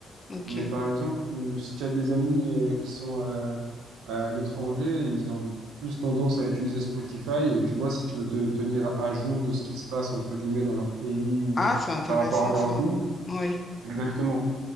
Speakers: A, on the left; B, on the right.
A: Ok.
B: Mais par exemple, euh, si tu as des amis euh, qui sont à, à l'étranger, ils ont plus tendance à utiliser Spotify. Et tu vois, si tu veux te tenir à jour de ce qui se passe, entre guillemets, dans leur pays ou
A: Ah, c'est intéressant
B: par rapport à leur
A: ça.
B: goût.
A: Oui.
B: Exactement.